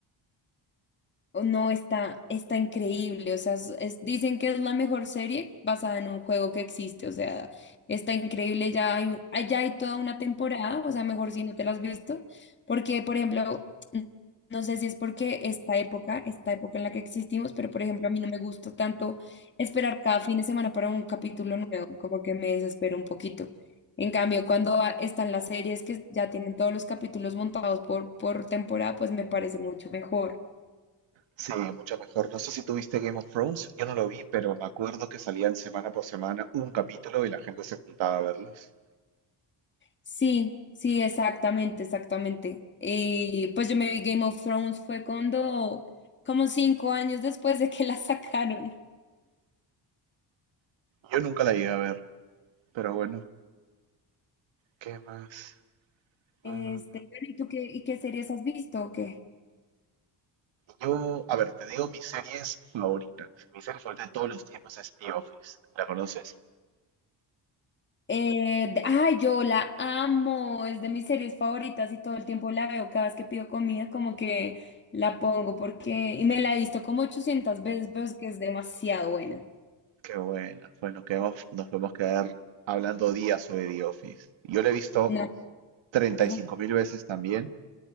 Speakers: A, on the left; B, on the right.
A: Oh, No, está, está increíble. O sea, es- es- dicen que es la mejor serie basada en un juego que existe. O sea, está increíble. Ya hay, un- ah, ya hay toda una temporada. O sea, mejor si no te la has visto. Porque, por ejemplo, n- no sé si es porque esta época, esta época en la que existimos, pero por ejemplo, a mí no me gusta tanto esperar cada fin de semana para un capítulo nuevo. Como que me desespero un poquito. En cambio, cuando ah, están las series que ya tienen todos los capítulos montados por, por temporada, pues me parece mucho mejor.
B: Sí, mucho mejor. No sé si tuviste Game of Thrones, yo no lo vi, pero me acuerdo que salían semana por semana un capítulo y la gente se juntaba a verlos.
A: Sí, sí, exactamente, exactamente. Y pues yo me vi Game of Thrones fue cuando, como cinco años después de que la sacaron.
B: Yo nunca la llegué a ver, pero bueno, ¿qué más? Mm,
A: Este, bueno, ¿y tú qué, y qué series has visto o qué?
B: yo, a ver, te digo mis series favoritas. Mi serie favorita de todos los tiempos es The Office. ¿La conoces?
A: Eh, de- ay, yo la amo, es de mis series favoritas y todo el tiempo la veo, cada vez que pido comida como que la pongo porque, y me la he visto como 800 veces, pero es que es demasiado buena.
B: Qué bueno. Bueno, quedamos- nos podemos quedar hablando días sobre The Office. Yo lo he visto
A: No,
B: 35
A: ajá,
B: mil veces también.